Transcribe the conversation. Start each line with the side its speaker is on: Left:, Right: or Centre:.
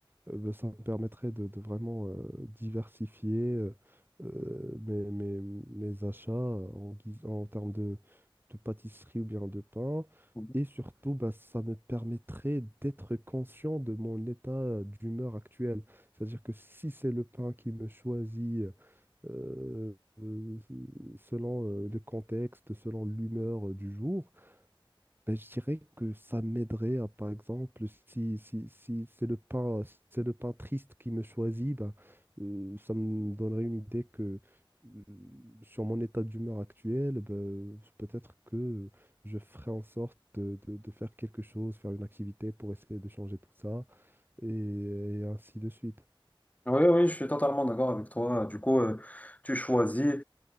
Right: Euh, bah, ça me permettrait de, de vraiment euh, diversifier euh, euh, mes, mes- mes achats euh, en guise- en termes de, de pâtisserie ou bien de pain.
Left: Oui,
Right: Et surtout, bah, ça me permettrait d'être conscient de mon état euh, d'humeur actuel. C'est-à-dire que si c'est le pain qui me choisit, euh, euh, euh, selon euh, le contexte, selon l'humeur euh, du jour, ben, je dirais que ça m'aiderait à, par exemple, si, si, si c'est le pain, c'est le pain triste qui me choisit, ben, euh, ça me donnerait une idée que euh, sur mon état d'humeur actuel, ben, peut-être que je ferai en sorte de, de- de faire quelque chose, faire une activité pour essayer de changer tout ça, et, et ainsi de suite.
Left: oui, je suis totalement d'accord avec toi. Du coup, euh, tu choisis,